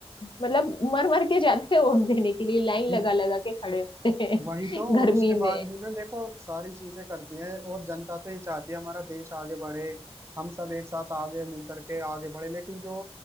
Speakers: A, on the left; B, on the right.
A: मतलब मर मर के जाते हैं वोट देने के लिए लाइन
B: <laughs>
A: लगा लगा के खड़े होते हैं
B: वही तो
A: <laughs>
B: और
A: गर्मी
B: उसके बाद
A: में
B: भी ना देखो सारी चीजें करती है और जनता तो ये चाहती है हमारा देश आगे बढ़े हम सब एक साथ आगे मिल करके आगे बढ़े लेकिन जो